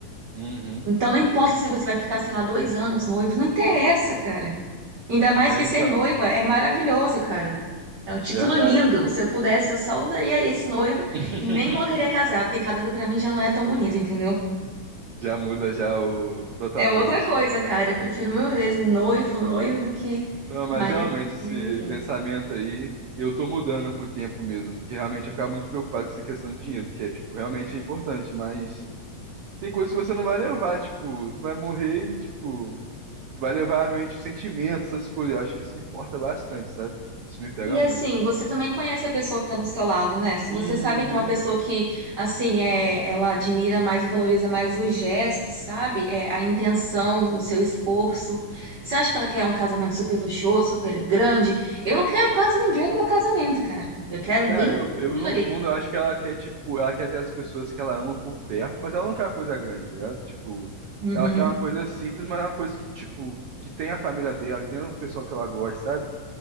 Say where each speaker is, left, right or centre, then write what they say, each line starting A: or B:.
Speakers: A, on the right; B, on the right.
A: uhum.
B: Então não importa se você vai ficar, sei lá, dois anos noivos, não interessa, cara. Ainda mais
A: É,
B: que ser
A: então,
B: noiva é maravilhoso, cara. É um título
A: verdade.
B: lindo. Se eu pudesse, eu só usaria esse noiva
A: <laughs>
B: e nem colocaria casado, porque casado pra mim já não é tão bonito, entendeu?
A: Já muda já o totalmente.
B: É outra coisa, cara. Eu prefiro mil vezes noivo, noiva do que
A: Não, mas
B: marido,
A: realmente esse
B: enfim.
A: pensamento aí, eu tô mudando com o tempo mesmo, porque realmente eu ficava muito preocupado com essa questão de dinheiro, porque é, tipo, realmente é importante, mas tem coisas que você não vai levar, tipo, tu vai morrer e, tipo, tu vai levar à mente os sentimentos, essas coisas, eu acho que isso importa bastante, sabe? Isso me pega
B: E assim,
A: muito.
B: você também conhece a pessoa que está do seu lado, né? Se você
A: Uhum.
B: sabe que é uma pessoa que, assim, é, ela admira mais e valoriza mais os gestos, sabe? É, a intenção, o seu esforço. Você acha que ela quer um casamento super luxuoso, super grande? Eu não quero quase ninguém no meu casamento, cara. Eu quero
A: Cara,
B: bem tranquilo
A: eu, eu no
B: ali.
A: fundo, eu acho que ela quer, tipo, ela quer ter as pessoas que ela ama por perto, mas ela não quer uma coisa grande, tá ligado? Tipo,
B: Uhum.
A: ela quer uma coisa simples, mas é uma coisa que, tipo, que tem a família dela, que tem o pessoal que ela gosta, sabe?